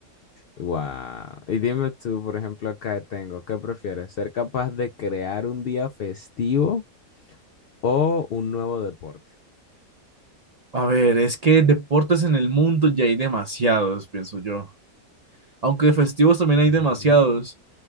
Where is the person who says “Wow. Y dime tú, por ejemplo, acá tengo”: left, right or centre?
Left